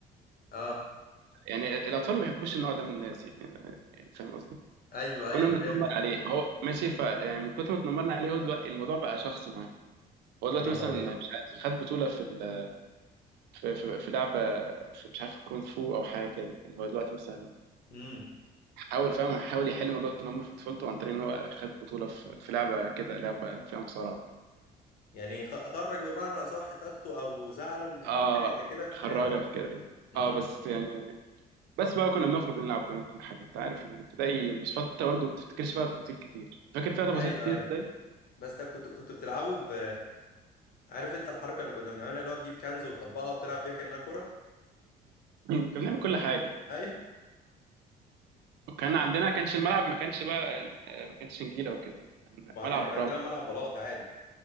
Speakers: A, on the left (about 60°); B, on the right (about 85°).
A: اه
B: يعني الاطفال ما بيحبوش النوع ده من الناس يعني يعني فاهم قصدي
A: ايوه
B: فكنا
A: ايوه
B: بنتنمر
A: فهمت
B: عليه هو ماشي ف يعني من كتر ما اتنمرنا عليه هو دلوقتي الموضوع بقى شخصي معاه هو دلوقتي
A: يا نهار
B: مثلا
A: ابيض
B: مش عارف خد بطوله في ال... في في, في لعبه في مش عارف الكونغ فو او حاجه كده يعني هو دلوقتي مثلا
A: امم
B: حاول فاهم حاول يحل موضوع التنمر في طفولته عن طريق ان هو خد بطوله في, في لعبه كده لعبه فيها مصارعه وكده.
A: يعني خ- خرج بمعنى صح طاقته او زعله من
B: اه
A: حاجه زي كده في
B: خراجه
A: لعبه
B: في كده
A: امم
B: اه بس يعني بس بقى كنا بنخرج ونلعب ونعمل كل حاجه انت عارف يعني ابتدائي مش فتره برضه ما بتفتكرش فيها تفاصيل كتير فاكر فيها تفاصيل
A: ايوه
B: كتير
A: ايوه
B: ابتدائي <laughs>
A: بس طب كنت كنت بتلعبوا ب عارف انت الحركه اللي كنا بنعملها اللي هو تجيب كنز وتطبقها وتلعب بيها كانها كوره
B: كنا بنعمل كل حاجه
A: ايوه
B: وكان عندنا كانش الملعب ما كانش بقى آه، ما كانش نجيله وكده كان
A: ما
B: ملعب
A: احنا كان عندنا
B: رمل
A: ملعب بلاط عادي